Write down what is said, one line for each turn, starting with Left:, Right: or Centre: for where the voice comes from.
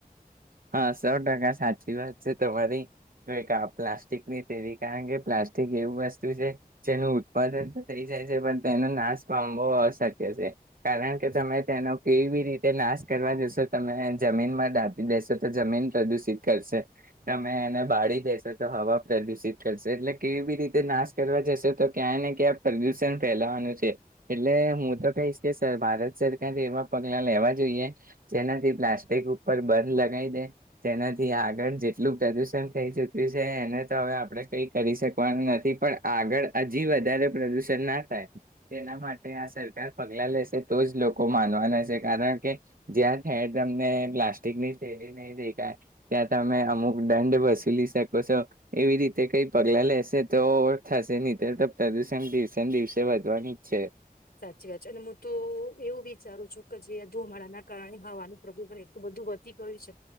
Right: હા સો ટકા સાચી વાત છે તમારી. તો એક આ પ્લાસ્ટિકની થેલી કારણ કે પ્લાસ્ટિક એવું વસ્તુ છે, જેનું ઉત્પાદન તો થઈ જાય છે. પણ તેનો નાશ પામવો અશક્ય છે. કારણ કે તમે તેનો કેઈ બી રીતે નાશ કરવા જશો તમે જમીનમાં દા તો જમીન પ્રદુષિત કરશે. તમે એને બાળી દેશો તો હવા પ્રદુષિત કરશે. એટલે કેવી રીતે નાશ કરવા જશો તો ક્યાંય ને ક્યાં પ્રદુષણ ફેલાવાનું છે. એટલે હું તો કહીશ કે સ ભારત સરકારે એવા પગલા લેવા જોઈએ, જેનાથી પ્લાસ્ટિક ઉપર બ લગાવ દે, જેનાથી આગળ જેટલું પ્રદુષણ થઈ ચુક્યું છે એને તો હવે આપણે કઈ કરી શકવાનું નથી. પણ આગળ હજી વધારે પ્રદુષણ ના થાય તેના માટે આ સરકાર પગલા લેશે તો જ લોકો માનવાના છે. કારણ કે જ્યાં ખેર તમને પ્લાસ્ટિકની થેલી નહી દેખાય. ત્યાં તમે અમુક દંડ વસૂલી શકો છો. એવી રીતે કઈ પગલા લેશે તો થશે નહી તો તો પ્રદુષણ દિવસે ને દિવસે વધવાનુજ છે.
Left: સાચી વાત છે. અને હું તો એવું વિચારું છું કે, જે ધુમાડાના કારણે હવાનું પ્રદુષણ એટલું બધું વધી ગયું છે.